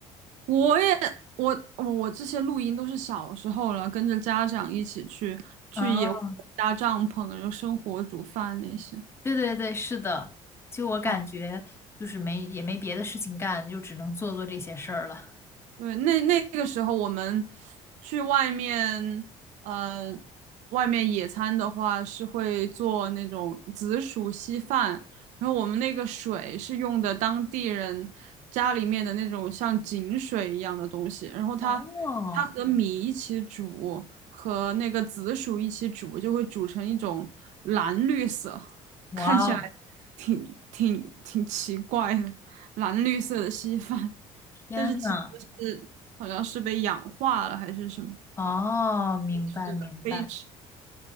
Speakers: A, on the right; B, on the left.
A: 我也我我我这些录音都是小时候了，跟着家长一起去去野外搭帐篷，
B: 啊，
A: 然后生火煮饭那些。
B: 对对对，是的，就我感觉就是没也没别的事情干，
A: 好。
B: 就只能做做这些事儿了。
A: 对，那那个时候我们去外面，呃，外面野餐的话是会做那种紫薯稀饭，然后我们那个水是用的当地人家里面的那种像井水一样的东西，然后它它和米一起煮，
B: 哦，
A: 和那个紫薯一起煮，就会煮成一种蓝绿色，<laughs>
B: 哇哦，
A: 看起来挺挺挺奇怪的蓝绿色的稀饭。
B: 天呐！
A: 但是其实是好像是被氧化了还是什么，
B: 哦，明白明白
A: 可以吃的，可以吃。